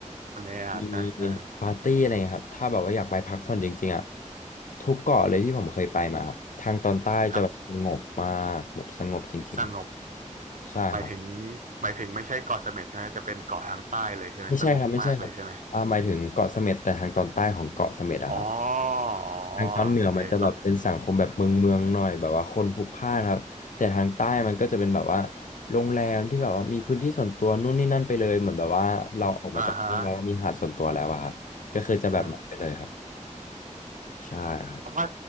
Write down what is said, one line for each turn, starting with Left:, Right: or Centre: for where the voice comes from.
Right: คนในอาดนะอ่า
Left: มีปาร์ตี้อะไรเงี้ยครับถ้าแบบว่าอยากไปพักผ่อนจริงๆอ่ะทุกเกาะเลยที่ผมเคยไปมาครับทางตอนใต้จะแบบสงบมากแบบสงบจริง
Right: ครับสงบ
Left: ๆใช่ครับ
Right: หมายถึงหมายถึงไม่ใช่เกาะเสม็ดใช่ไหมจะเป็นเกาะทางใต้เลยใช่ไหมสงบมากเลยใช่ไหม
Left: ไม่ใช่ครับไม่ใช่ครับอ่าหมายถึงเกาะเสม็ดแต่ทางตอนใต้ของเกาะเสม็ดอะครับ
Right: อ๋ออ๋อ
Left: ทางตอนเหนือมันจะแบบเป็นสังคมแบบเมืองเมืองหน่อยแบบว่าคนพลุกพล่านครับแต่ทางใต้มันก็จะเป็นแบบว่า
Right: โอเคต้อง
Left: โรงแรมที่แบบว่ามีพื้นที่ส่วนตัวนู่นนี่นั่นไปเลยเหมือนแบบว่าเราออกมาจากโรงแรมมีหาดส่วนตัวแล้วอะครับก็คือจะแบบนั้นไปเลยครับ
Right: อ่าฮะอืม
Left: ใช่ครับ
Right: คำว่า